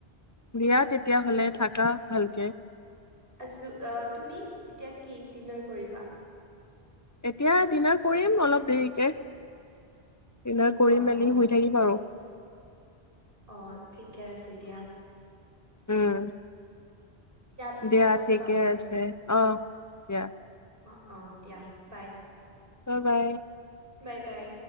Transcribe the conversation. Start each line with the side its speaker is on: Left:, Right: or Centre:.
Left: দিয়া, তেতিয়াহলে থাকা ভালকে।
Right: আছো, তুমি এতিয়া কি ডিনাৰ কৰিবা?
Left: এতিয়া দিনাৰ কৰিম অলপ দেৰিকে। কৰি
Right: অ
Left: মেলি
Right: অ
Left: শুই থাকিম আৰু
Right: অ' ঠিকে আছে দিয়া।
Left: উম!
Right: পিছে
Left: দিয়া
Right: লগ
Left: ঠিকে
Right: পাম দিয়া
Left: আছে। অ' এতিয়া
Right: অ' অ' দিয়া বাই।
Left: অ' বাই।
Right: বাই, বাই।